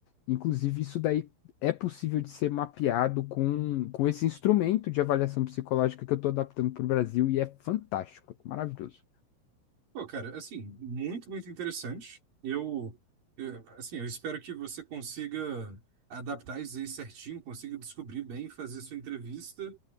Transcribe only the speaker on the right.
Pô, cara, assim, muito, muito interessante. Eu, eu, assim, eu espero que você consiga adaptar isso aí certinho, consiga descobrir bem, fazer sua entrevista.